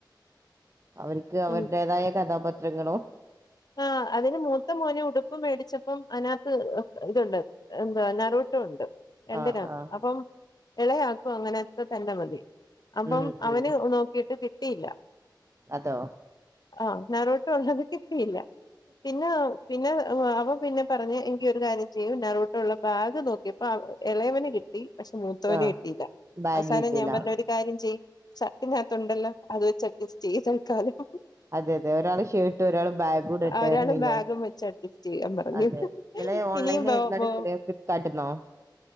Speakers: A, on the right; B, on the left.
A: അവർക്ക് അവരുടേതായ
B: ഉം
A: കഥാപാത്രങ്ങളോ
B: ആഹ് അതിന് മൂത്ത മോന് ഉടു പ്പ് മേടിച്ചപ്പം അതിനകത്ത് ഇതുണ്ട് എന്താ നറുട്ടുണ്ട് രണ്ടിനാക്കും
A: ആഹ് ആഹ്
B: അപ്പം ഇളയാക്കും അങ്ങനെത്തെ തന്നെ മതി അപ്പം
A: ഉം
B: അവന്
A: ഉം
B: നോക്കിട്ട് കിട്ടിയില്ല
A: അതോ
B: ആഹ് നറോട്ട് ഉള്ളത് കിട്ടിയില്ല പിന്നെ പിന്നെ അവ പിന്നെ പറഞ്ഞ് എനിക്ക് ഒരു കാര്യം ചെയ്യും ഞാറൂട്ടിലുള്ള ബാഗ് നോക്കിയപ്പോ ഇളയവന് കിട്ട ട്ടി പക്ഷെ മൂത്തവന്
A: ആഹ്
B: കിട്ടിയില്ല
A: ബാഗ്
B: അവസാനം
A: കിട്ടില്ല
B: ഞാൻ പറഞ് ഒര് കാര്യം ചെയ്യ് ഷർട്ടിനകത്തുണ്ടല്ലോ അത് വെച്ച് അഡ്ജസ്റ്റ് ചെയ് തല്ക്കാലം
A: അതെ അതെ ഒരാൾ ഷേട്ട് ഒരാള് ബാഗും ഇടട്ടെ
B: ഒരാള്
A: പറഞ്ഞില്ലേ
B: ബാഗും വെച്ച് അഡ്ജസ്റ്റ് ചെയ്യാൻ പറഞ്ഞു
A: അതെ ഇങ്ങള് ഓൺലൈൻ
B: ഇനിയും ബോ
A: ഏതിന്ന എടുക്കല്
B: ബോ
A: ഫ്ളിപ് കാർട്ടുന്നോ